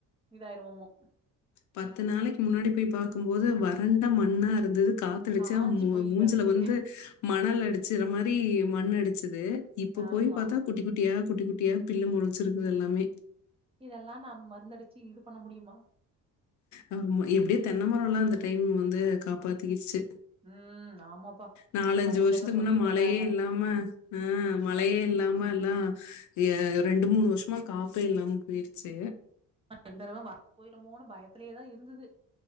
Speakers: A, on the right (about 15°); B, on the left (about 65°).
A: இதாயிருவோமோ
B: பத்து நாளைக்கு முன்னாடி போய் பாக்குபோது வறண்ட மண்ணா இருந்தது கா தெளிச்சா
A: காஞ்சு
B: மு
A: போய்
B: மூஞ்சுல
A: கெடந்தது
B: வந்து மணல் அடிச்சுற மாரி மண் அடிச்சுது இப்ப
A: ஆமா
B: போய் பாத்தா குட்டி குட்டியா குட்டி குட்டியா பில்லு மொளச்சிறுக்து எல்லாமே
A: இதெல்லா நா மருந்தடுச்சு இது பண்ண முடியுமா
B: அ எப்டியோ தென்னைமரல்லா அந்த டைம் வந்து காப்பாத்திகிச்சு
A: ம் ஆமாப்பா
B: நாலஞ்சு
A: அ ஊர்ல
B: வருஷத்துக்கு
A: ஏதோ சொல்லிட்டு
B: முன்ன மழையே
A: இருந்தாங்க
B: இல்லாம அ மழையே இல்லாம எல்லா என் ரெண்டு மூணு வருஷமா காஃபே இல்லாம போயிருச்சு
A: <unintelligible> போய்ருமோன்னு பயத்திலயேதா இருந்துது